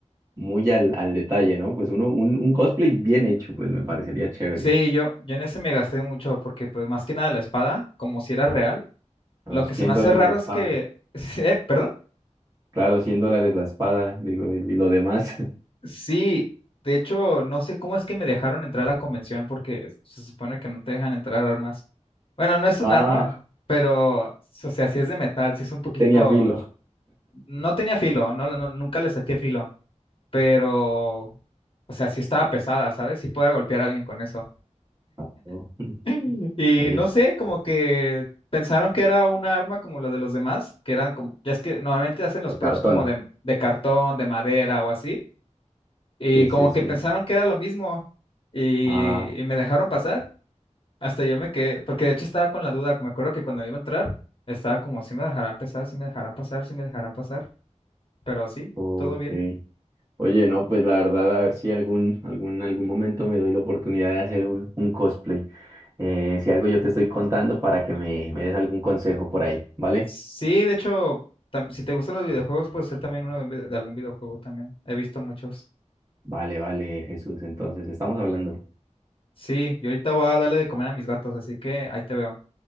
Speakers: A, on the right (about 25°); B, on the left (about 45°).
A: muy al, al detalle, ¿no? Pues uno, un, un cosplay bien hecho, pues me parecería chévere.
B: Sí, yo, yo en ese me gasté mucho porque, pues, más que nada la espada, como si era real.
A: A
B: Lo
A: los
B: que
A: 100
B: se me
A: dólares
B: hace raro
A: la espada.
B: es que, <laughs> eh, perdón.
A: Claro, 100 dólares la espada, digo, y y lo demás. <laughs>
B: Sí, de hecho, no sé cómo es que me dejaron entrar a la convención porque se supone que no te dejan entrar armas. Bueno, no es
A: Ah,
B: un arma, pero, o sea, sí es de metal, sí es un poquito...
A: sí tenía filo.
B: No tenía filo, no, no- nunca le saqué filo, pero, o sea, sí estaba pesada, ¿sabes? Sí podía golpear a alguien con eso.
A: Ah, No. <laughs>
B: <laughs> Y
A: Oye,
B: no sé, como que pensaron que era una arma como la de los demás, que eran como, ya es que normalmente hacen los
A: De
B: props
A: cartón.
B: como de, de cartón, de madera o así. Y
A: Sí,
B: como
A: sí, sí.
B: que pensaron que era lo mismo y,
A: Ah,
B: y me dejaron pasar. Hasta yo me quedé, porque de hecho estaba con la duda. Me acuerdo que cuando iba a entrar, estaba como, si me dejarán pasar, si me dejarán pasar, si me dejarán pasar. Pero sí,
A: ok.
B: todo bien.
A: Oye, no, pues la verdad, a ver si algún, algún, algún momento me doy la oportunidad de hacer un, un cosplay. Eh, si algo yo te estoy contando para que me, me des algún consejo por ahí, ¿vale?
B: Sí, de hecho, tam- si te gustan los videojuegos, puede ser también uno de, un vide- de algún videojuego también. He visto muchos.
A: Vale, vale, Jesús. Entonces, estamos hablando.
B: Sí, yo ahorita voy a darle de comer a mis gatos, así que ahí te veo.